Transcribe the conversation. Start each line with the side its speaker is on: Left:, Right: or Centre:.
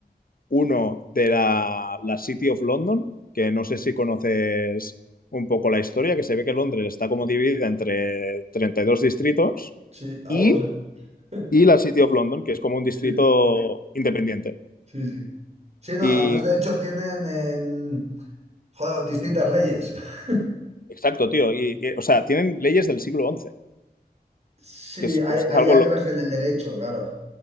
Left: uno de la, la City of London, que no sé si conoces un poco la historia, que se ve que Londres está como dividida entre 32 distritos
Right: sí, algo
Left: y,
Right: sé. <laughs>
Left: y la City of London, que es como un distrito
Right: Sí,
Left: independiente.
Right: sí, sí. Sí, no,
Left: Y
Right: además de hecho tienen en, joder, distintas leyes. <laughs>
Left: Exacto, tío. Y, y, o sea, tienen leyes del siglo XI,
Right: Sí,
Left: que es,
Right: ahí,
Left: es
Right: ahí
Left: algo,
Right: entras
Left: lo-
Right: en el derecho, claro.